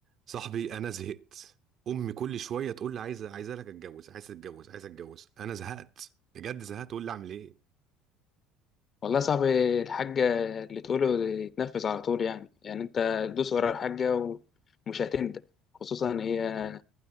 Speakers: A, on the right; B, on the left.
A: صاحبي انا زهقت امي كل شويه تقول لي عايزه عايزه لك اتجوز عايزه اتجوز عايزه اتجوز انا زهقت بجد زهقت تقول لي اعمل ايه
B: والله يا صاحبي الحاجة اللي تقوله يتنفذ على طول يعني يعني انت دوس ورا الحاجة ومش هتندم خصوصا ان هي